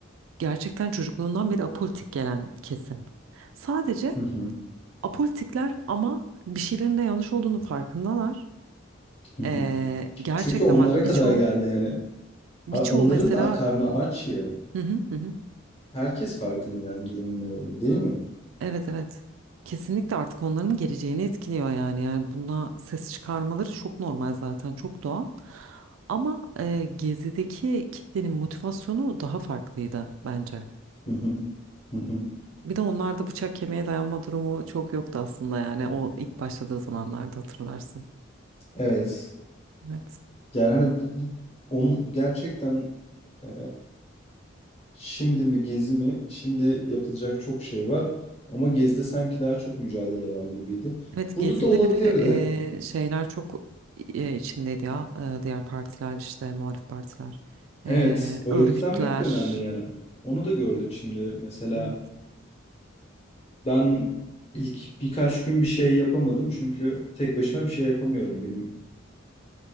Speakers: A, on the right (about 80°); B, on the left (about 30°).
A: gerçekten çocukluğundan beri apolitik gelen kesim. Sadece
B: hı hı,
A: apolitikler ama bir şeylerin de yanlış olduğunu farkındalar.
B: hı hı.
A: Eee, gerçekten
B: Çünkü onlara
A: bak
B: kadar
A: birçoğu
B: geldi yani.
A: birçoğu
B: A- Onların
A: mesela
B: da karnı aç ya.
A: hı hı hı. hı.
B: Herkes farkında yani durumun ne olduğu değil mi?
A: Evet evet. Kesinlikle artık onların geleceğini etkiliyor yani. Yani buna ses çıkarmaları çok normal zaten, çok doğal. Ama e, Gezi'deki kitlenin motivasyonu daha farklıydı bence.
B: Hı hı. Hı hı.
A: Bir de onlarda bıçak kemiğe dayanma durumu çok yoktu aslında yani o ilk başladığı zamanlarda hatırlarsın.
B: Evet.
A: Evet.
B: Yani hani bu, bu onun gerçekten e, şimdi mi gezi mi? Şimdi yapılacak çok şey var. Ama gezide sanki daha çok mücadele var gibiydi.
A: Evet
B: Burada
A: Gezi'de
B: da olabilirdi.
A: bir de e, şeyler çok e, içindeydi ya. E, diğer partiler işte muhalif partiler. E,
B: Evet. Örgütlenmek
A: örgütler.
B: de önemli yani. Onu da gördük şimdi. Mesela
A: Evet.
B: ben ilk birkaç gün bir şey yapamadım. Çünkü tek başıma bir şey yapamıyorum. Benim